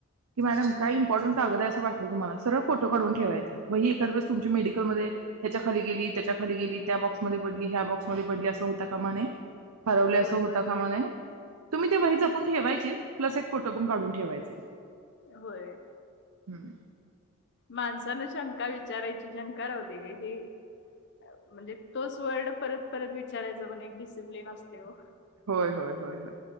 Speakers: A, on the right (about 80°); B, on the left (about 55°).
A: की मॅडम काय इंपॉर्टन्ट कागद आहे अस वाटलं तुम्हाला सरळ फोटो काढून ठेवायचा वहीत दर वेळेस तुमची मेडिकलमध्ये ह्याच्या खाली गेली त्याच्या खाली गेली त्या बॉक्समध्ये पडली ह्या बॉक्समध्ये पडली असं होता कामा नये हरवले
B: होय
A: असं होता
B: बरोबर
A: कामा
B: आहे की
A: नये. तुम्ही ते वही जपून ठेवायचीच, प्लस एक फोटो पण काढून ठेवायचा.
B: होय
A: हम्म.
B: माणसाला शंका विचारायची शंका राहूदे म्हणजे तोच वर्ड परत परत विचारायचा पण एक डिसिप्लिन असतोय वो
A: होय होय होय होय